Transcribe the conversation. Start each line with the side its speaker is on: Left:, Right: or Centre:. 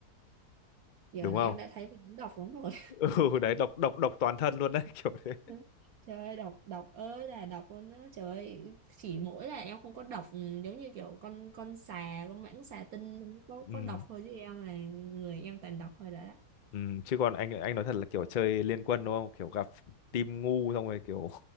Right: giờ
Left: Đúng
Right: là
Left: không?
Right: em đã thấy mình đọc lắm rồi
Left: <laughs> ừ đấy độc độc độc toàn thân luôn đấy
Right: <laughs>
Left: <laughs> kiểu thế
Right: Đó. Trời ơi đọc đọc ơi là đọc luôn á trời ơi chỉ mỗi là em không có đọc ừ, giống như kiểu con con xà con mãng xà tinh không có
Left: ừ,
Right: có đọc thôi chứ em là người em toàn đọc thôi đã đó
Left: ừ. chứ còn anh anh nói thật là kiểu chơi liên quân đúng không kiểu gặp team ngu xong rồi kiểu